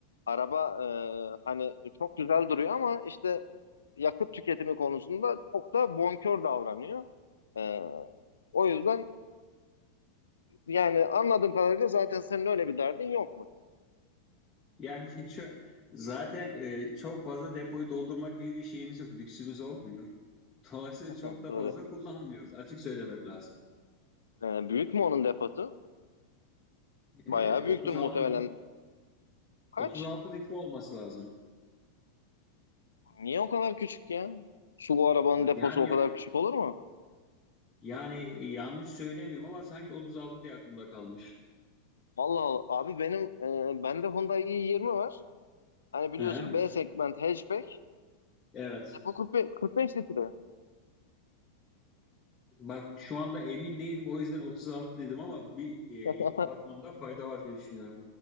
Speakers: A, on the left (about 70°); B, on the left (about 15°).
A: araba e, hani çok güzel duruyor ama işte yakıt tüketimi konusunda çok da bonkör davranıyor. E, o yüzden yani anladığım kadarıyla zaten senin öyle bir derdin yok mu?
B: Yani <laughs> çö- zaten e, çok fazla depoyu doldurmak gibi bir şeyimiz yok, lüksümüz olmuyor. Dolayısıyla
A: <laughs>
B: çok da
A: Doğru.
B: fazla kullanmıyoruz. Açık söylemek lazım.
A: E, büyük mü onun deposu?
B: E,
A: Bayağı
B: 36
A: büyüktür muhtemelen.
B: lit-
A: Kaç?
B: 36 litre olması lazım.
A: Niye o kadar küçük ya? Su bu arabanın
B: Yani
A: deposu o kadar
B: ya-
A: küçük olur mu?
B: yani yanlış söylemiyorum ama sanki 36 diye aklımda kalmış.
A: Allah Allah. Abi benim e, bende Hyundai i20 var. Hani biliyorsun
B: Hı hı.
A: B segment hatchback.
B: Evet.
A: Depo 45, 45 litre.
B: Bak şu anda emin değilim o yüzden 36 dedim ama bir e,
A: <laughs>
B: bakmamda fayda var diye düşünüyorum.